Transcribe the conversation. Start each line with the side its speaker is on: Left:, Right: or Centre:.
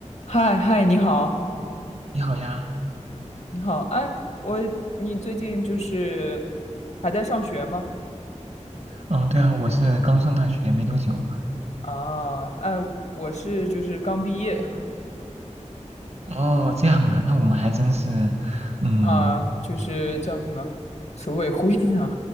Left: 嗨嗨，你好，
Right: 你好呀，
Left: 你好，哎，我，你最近就是还在上学吗？
Right: 哦，对啊，我是刚上大学没多久。
Left: 啊，哎，我是就是刚毕业，
Right: 哦，这样啊，那我们还真是，
Left: <laughs>
Right: 嗯，
Left: 啊，就是叫什么组委会啊，